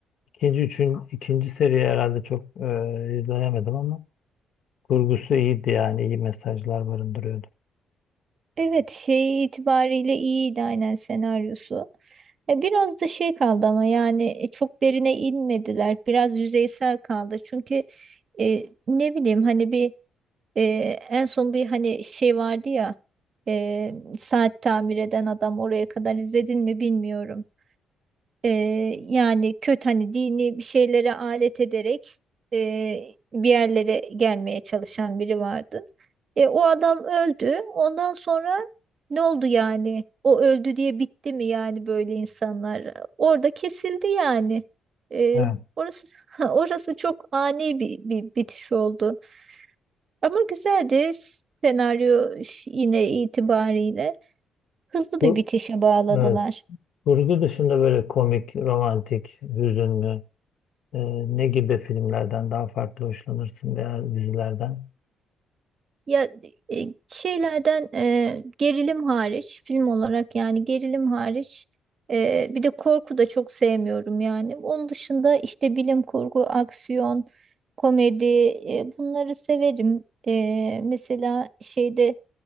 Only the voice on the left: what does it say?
İkinci, üçün, ikinci seriyi herhalde çok e, izleyemedim ama kurgusu iyiydi yani. iyi mesajlar barındırıyordu.
Evet.
Bu,
evet. Kurgu dışında böyle komik, romantik, hüzünlü e, ne gibi filmlerden daha farklı hoşlanırsın veya dizilerden?